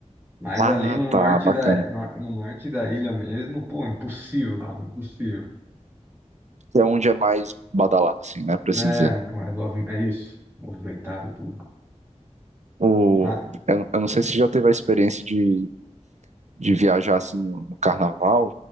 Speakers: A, on the right; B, on the right.
A: Mas
B: Ah,
A: ali no norte
B: tá, bacana.
A: da, no, no norte da ilha mesmo, pô, impossível, cara, impossível.
B: É onde é mais badalado, assim, né, pra
A: Né,
B: assim dizer.
A: mas é isso, movimentado tudo.
B: O,
A: Ah,
B: eu, eu não sei se já teve a experiência de de viajar assim, no, no carnaval